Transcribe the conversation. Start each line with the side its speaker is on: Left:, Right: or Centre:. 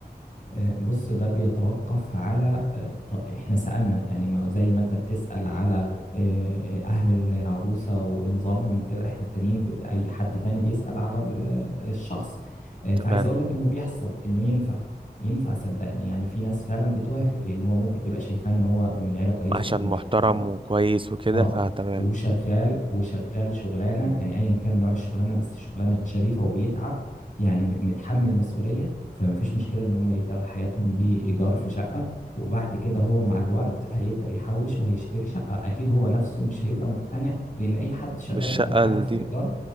Left: آه، بص ده بيتوقف على آه، ط- احنا سألنا يعني ما زي ما انت بتسأل على آه، اهل ال- العروسة وانظامهم وكده احنا التانيين ب- اي حد تاني بيسأل على ال- الشخص آه، فعايز
Right: تمام
Left: اقول لك انه بيحصل انه ينفع ينفع صدقني يعني في ناس فعلا بتوافق لان هو ممكن تبقى شايفاه ان هو من عيلة كويسة
Right: عشان
Left: ومحترم
Right: محترم وكويس وكده
Left: اه
Right: فتمام
Left: وشغال وشغال شغلانه يعني ايا كان نوع الشغلانه بس شغلانه شريفه وبيتعب يعني م- متحمل مسؤوليه فما فيش مشكله ان هم يبداوا حياتهم بايجار في شقه وبعد كده هو مع الوقت هيبدا يحوش وهيشتري شقه اكيد هو نفسه مش هيبقى مقتنع لان اي حد شغال
Right: بالشقة
Left: قاعد
Right: ال-
Left: في
Right: دي
Left: ايجار